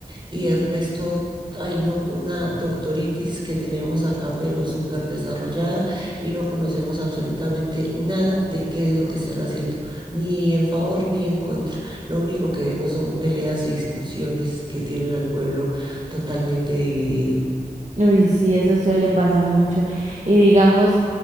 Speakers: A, on the right; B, on the right.
A: y el resto, hay no, una doctoritis que tenemos acá, pero súper desarrollada y no conocemos absolutamente nada de qué es lo que están haciendo, ni en favor ni en contra. Lo único que vemos son peleas y discusiones que tienen al pueblo totalmente dividido.
B: Uy, sí, eso suele pasar mucho. Y digamos,